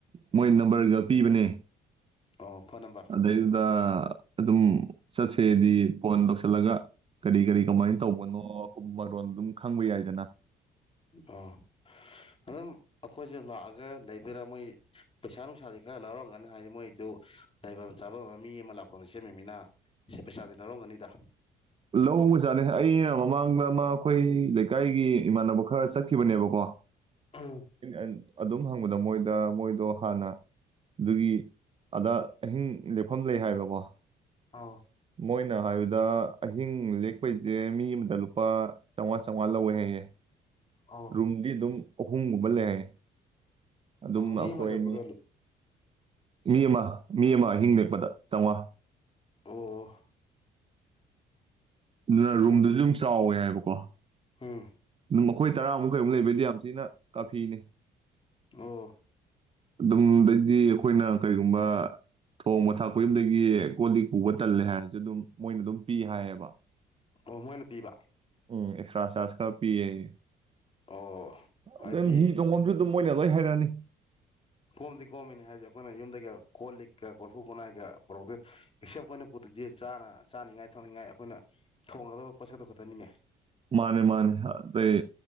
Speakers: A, on the right; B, on the left.
A: ꯃꯣꯏ ꯅꯝꯕꯔꯒ ꯄꯤꯕꯅꯦ
B: ꯑꯣ ꯐꯣꯟ ꯅꯝꯕꯔ
A: ꯑꯗꯩꯗꯨꯗ ꯑꯗꯨꯝ ꯆꯠꯁꯦꯗꯤ ꯐꯣꯟ ꯇꯧꯁꯤꯜꯂꯒ ꯀꯔꯤ ꯀꯔꯤ ꯀꯃꯥꯏꯅ ꯇꯧꯕꯅꯣ ꯈꯣꯠꯄ- ꯑꯗꯨꯝ ꯈꯪꯕ ꯌꯥꯏ-
B: ꯑꯣ ꯑꯗꯨꯝ ꯑꯈꯣꯏꯖꯦ ꯂꯥꯛꯑꯒ ꯂꯩꯗꯣꯏꯔꯥ ꯃꯣꯏ ꯄꯩꯁꯥ ꯅꯨꯡꯁꯥꯗꯤ ꯈꯔ ꯂꯧꯔꯝꯒꯅꯤ ꯍꯥꯏꯗꯤ ꯃꯣꯏꯗꯨ ꯂꯩꯕꯝ ꯆꯥꯕꯝ ꯃꯤ ꯑꯃ ꯂꯥꯛꯐꯝ ꯁꯦꯝꯃꯤꯃꯤꯅ ꯁꯤ ꯄꯩꯁꯥꯗꯤ ꯂꯧꯔꯝꯒꯅꯤꯗ
A: ꯂꯧꯕꯖꯥꯠꯅꯦ ꯑꯩꯅ ꯃꯃꯥꯡꯗ ꯃꯥ ꯑꯩꯈꯣꯏ ꯂꯩꯀꯥꯏꯒꯤ ꯏꯃꯥꯟꯅꯕ ꯈꯔ ꯆꯠꯈꯤꯕꯅꯦꯕꯀꯣ
B: ꯎꯝ
A: ꯑꯟ- ꯑꯗꯨꯝ ꯍꯪꯕꯗ ꯃꯣꯏꯗ ꯃꯣꯏꯗꯣ ꯍꯥꯟꯅ ꯑꯗꯨꯒꯤ ꯑꯗꯥ ꯑꯍꯤꯡ ꯂꯦꯛꯐꯝ ꯂꯩ ꯍꯥꯏꯕꯀꯣ
B: ꯍꯣꯐ
A: ꯃꯣꯏꯅ ꯍꯥꯏꯕꯗ ꯑꯍꯤꯡ ꯂꯦꯛꯄꯩꯖꯦ ꯃꯤ ꯑꯃꯗ ꯂꯨꯄꯥ ꯆꯧꯉꯥ ꯆꯧꯉꯥ ꯂꯧꯋꯦ ꯍꯥꯏꯌꯦ
B: ꯑꯧ
A: ꯔꯨꯝꯗꯤ ꯑꯗꯨꯝ ꯑꯍꯨꯝꯒꯨꯝꯕ ꯂꯩ ꯍꯥꯏꯌꯦ ꯑꯗꯨꯝ
B: ꯃꯤ
A: ꯑꯩꯈꯣꯏ
B: ꯑꯃ ꯂꯦꯛꯄ ꯑꯗ꯭ꯋꯥꯏ ꯂꯦꯛꯎ
A: ꯃꯤ ꯑꯃ ꯃꯤ ꯑꯃ ꯑꯍꯤꯡ ꯂꯦꯛꯄꯗ ꯆꯧꯉꯥ
B: ꯑꯣ-
A: ꯑꯗꯨꯅ ꯔꯨꯝꯗꯨꯖꯨ
B: ꯀꯩꯅꯣ
A: ꯑꯗꯨꯝ ꯆꯥꯎꯋꯦ ꯍꯥꯏꯕ- ꯀꯣ
B: ꯎꯝ
A: ꯑꯗꯨꯝ ꯑꯩꯈꯣꯏ ꯇꯔꯥꯃꯨꯛ ꯀꯩꯃꯨꯛ ꯂꯩꯕꯩꯗꯤ ꯌꯥꯝ ꯊꯤꯅ ꯀꯥꯐꯤꯅꯤ
B: ꯑꯣ
A: ꯑꯗꯨꯝꯗꯩꯗꯤ ꯑꯩꯈꯣꯏꯅ ꯀꯔꯤꯒꯨꯝꯕ ꯊꯣꯡꯕ ꯊꯥꯛꯄ ꯌꯨꯝꯗꯒꯤ ꯀꯣꯜ ꯂꯤꯛ ꯄꯨꯕ ꯇꯜꯂꯦ ꯍꯥꯏꯔꯖꯨ ꯑꯗꯨꯝ ꯃꯣꯏꯅ ꯑꯗꯨꯝ ꯄꯤ ꯍꯥꯏꯌꯦꯕ
B: ꯑꯣ ꯃꯣꯏꯅ ꯄꯤꯕ
A: ꯎ ꯑꯦꯛꯁꯇ꯭ꯔꯥ ꯆꯥꯔꯖ ꯈ ꯄꯤ ꯌꯥꯏꯌꯦ
B: ꯑꯣ ꯍꯥꯏꯗꯤ
A: ꯑꯗꯨ ꯍ ꯇꯁꯨ ꯃꯣꯏꯅ ꯂꯣꯏ ꯍꯥꯏꯔꯛꯑꯅꯤ
B: ꯀꯣꯝꯗꯤ ꯀꯣꯝꯃꯤꯅꯤ ꯍꯥꯏꯕꯗꯤ ꯑꯩꯈꯣꯏꯅ ꯌꯨꯝꯗꯒꯤꯒ ꯀꯣꯜ ꯂꯤꯛꯀ ꯀꯣꯔꯐꯨ ꯈꯨꯟꯅꯥꯏꯒ ꯄꯨꯣꯔꯛꯇ ꯑꯦꯁꯦꯞ ꯑꯩꯈꯣꯏꯅ ꯆ ꯆꯥꯅꯤꯡꯉꯥꯏ ꯊꯛꯅꯤꯡꯉꯥꯏ ꯑꯩꯈꯣꯏꯅ ꯊꯣꯡꯒꯗꯕ ꯄꯣꯠꯁꯛꯇꯣ ꯈꯛꯇꯅꯤꯅꯦ
A: ꯃꯥꯅꯦ ꯃꯥꯅꯦ ꯑꯇꯩ